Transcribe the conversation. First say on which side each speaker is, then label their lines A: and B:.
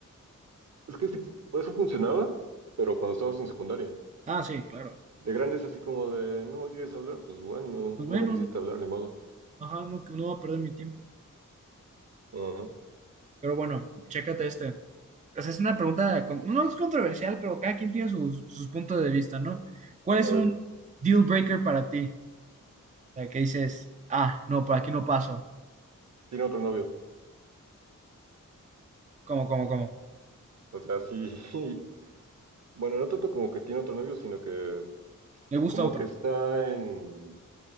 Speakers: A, on the right (about 55°); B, on the right (about 25°).
A: Es que sí, eso funcionaba, pero cuando estabas en secundaria.
B: Ah, sí, claro.
A: De grandes así como de, no me quieres hablar, pues bueno,
B: Pues bueno,
A: no me quisiste hablar, ni modo.
B: ajá, no, no va a perder mi tiempo.
A: Ajá.
B: Pero bueno, chécate este. O sea, es una pregunta, con- no es controversial, pero cada quien tiene sus, sus puntos de vista, ¿no? ¿Cuál es
A: A ver,
B: un deal breaker para ti? O sea, que dices, ah, no, por aquí no paso.
A: tiene otro novio.
B: ¿Cómo, cómo, cómo?
A: O sea, sí, <laughs> bueno, no tanto como que tiene otro novio, sino que
B: ¿Le gusta
A: como
B: otro?
A: que está en